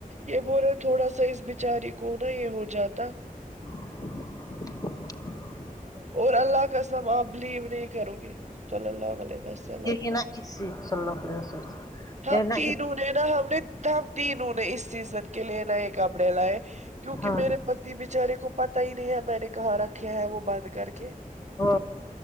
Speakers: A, on the right; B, on the left.
A: یہ بولے تھوڑا سا اس بچاری کو ناں یہ ہو جاتا
B: <inaudible>
A: اور اللہ کا قسم آپ بلیو نہیں کرو گے صلی اللہ علیہ وسلم
B: یہی نا اسی صلی اللہ علیہ وسلم
A: ہم
B: یہ نا
A: تینوں
B: اس
A: ناں ہم نے ہم تینوں نے اس سیزن کے لیے ناں نئے کپڑے لائے کیونکہ
B: ہاں
A: میرے بیچارے کو پتا ہی نہیں ہے میں نے کہاں رکھے ہیں وہ بند کر کے
B: ہو